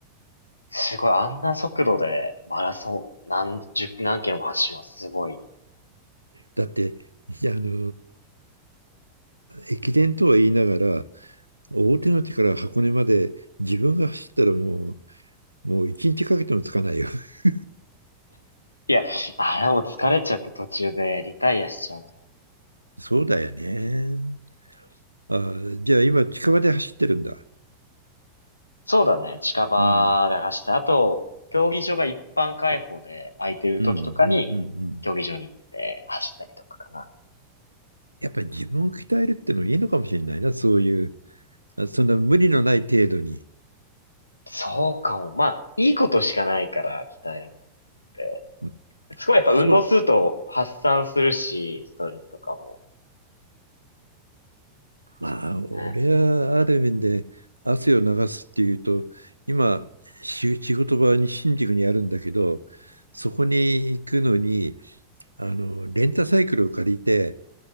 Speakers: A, on the left; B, on the right.
A: すごい、あんな速度でマラソン何十、何キロも走るのはすごい。
B: だっていやあの駅伝とは言いながら大手町から箱根まで自分が走ったらもう、もう一日かけてもつかないよ。<laughs>
A: いや、あれもう疲れちゃって途中でリタイアしちゃうと。
B: そうだよね。あ、じゃあ今近場で走ってるんだ。
A: そうだね、近場で走って、
B: うん。
A: あと、競技場が一般開放で空いてる時とかに、
B: うんうんうんうん。
A: 競技場に行って走ったりとかかな。
B: やっぱり自分を鍛えるってのいいのかもしれないな、そういう、あそんな無理のない程度に。
A: そうかも。まあ、いいことしかないから、鍛えるのって。
B: うん
A: すごいやっぱ運動すると発散するし、
B: そう、
A: ストレスとかも。
B: まあ、
A: そうだね。
B: 俺はある面で汗を流すっていうと、今、し仕事場に新宿にあるんだけど、そこに行くのに、
A: うん
B: あの、レンタサイクルを借りて、